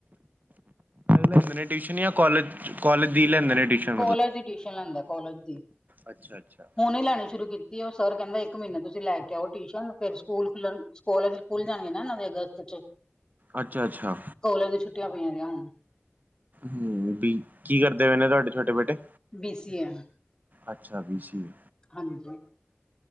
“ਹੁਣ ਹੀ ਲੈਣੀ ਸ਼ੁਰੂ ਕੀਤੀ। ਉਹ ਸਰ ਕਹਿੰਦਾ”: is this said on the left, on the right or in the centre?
Left